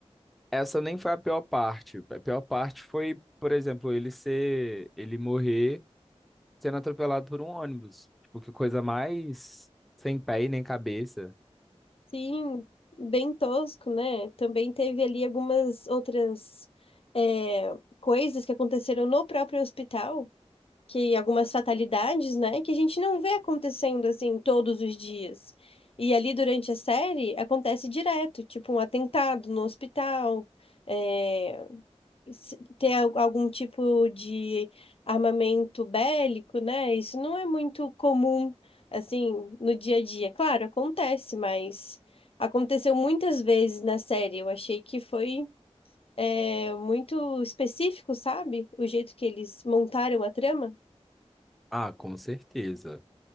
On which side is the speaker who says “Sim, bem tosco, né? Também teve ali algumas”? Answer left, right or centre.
Left